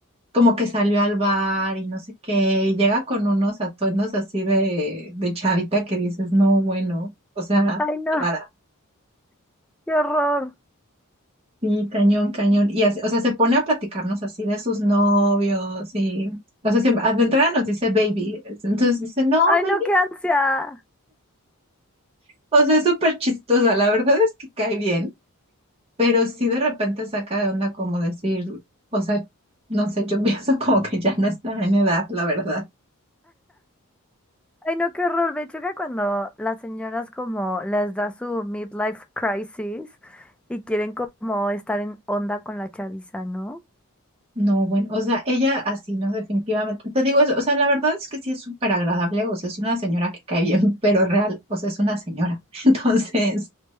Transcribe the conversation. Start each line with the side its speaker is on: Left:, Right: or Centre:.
Right: como que salió al bar y no sé qué, y llega con unos atuendos así de, de chavita que dices, no, bueno, o sea,
Centre: Ay, no,
Right: rara.
Centre: qué horror.
Right: Sí, cañón, cañón. Y así, o sea, se pone a platicarnos así de sus novios y, o sea, siempre, de entrada nos dice baby. Entonces dice, no,
Centre: Ay,
Right: baby.
Centre: no, qué ansia.
Right: O sea, es súper chistosa. La verdad es que cae bien, pero sí de repente saca de onda como decir, o sea, no sé, yo <laughs> pienso como que ya no está en edad, la verdad.
Centre: Ay, no, qué horror. Me choca cuando las señoras como les da su midlife crisis y quieren como estar en onda con la chaviza, ¿no?
Right: No, bueno, o sea, ella así, no, definitivamente. Te digo eso, o sea, la verdad es que sí es súper agradable, o sea, es una señora que cae bien, <laughs> pero real, o sea, es una señora. <laughs> Entonces,